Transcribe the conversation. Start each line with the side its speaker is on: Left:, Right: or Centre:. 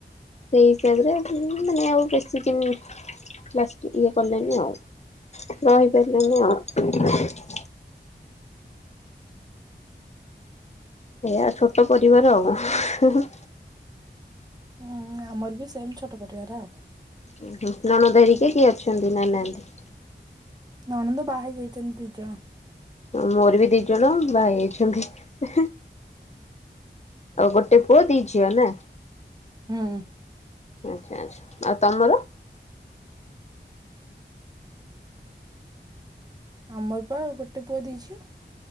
Left: ସେଇ ହିସାବରେ, ମାନେ ଆଉ ବେଶୀ ଦିନ ଲାଷ୍ଟ ଇଏ କଲେନି ଆଉ, ରହିପାରିଲେନି ଆଉ। ସେଇଆ ଛୋଟ ପରିବାର ଆଉ। ହୁଁ ହୁଁ ହୁଁ।
Right: ହୁଁ, ଆମର ବି ସେମ୍ ଛୋଟ ପରିବାର ଆଉ।
Left: ଉଁ ହୁଁ, ନଣନ୍ଦ ହେରିକା କିଏ ଅଛନ୍ତି, ନା ନାଆନ୍ତି।
Right: ନଣନ୍ଦ ବାହା ହେଇ ଯାଇଚନ୍ତି ଦି ଜଣ।
Left: ହଁ ମୋର ବି ଦି ଜଣ ବାହା ହେଇଯାଇଛନ୍ତି। ତ ଗୋଟେ ପୁଅ ଦି ଝିଅ ନା?
Right: ହୁଁ।
Left: ଆଚ୍ଛା ଆଚ୍ଛା। ଆଉ ତମର?
Right: ଆମର ପା ଗୋଟେ ପୁଅ ଦି ଝିଅ।